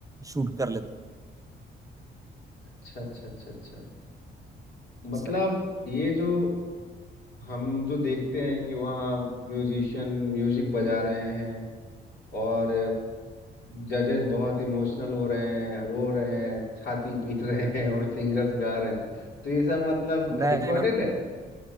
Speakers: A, on the right; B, on the left.
A: शूट कर लेते हैं
B: अच्छा अच्छा अच्छा अच्छा मतलब
A: इस तरह का
B: ये जो हम जो देखते हैं कि वहाँ म्यूजिशियन म्यूजिक बजा रहे हैं और जजेस बहुत इमोशनल हो रहे हैं रो रहे हैं छाती पीट रहे हैं और सिंगर्स गा रहे हैं तो ये सब मतलब
A: नहीं
B: रिकॉर्डेड
A: नहीं नहीं,
B: है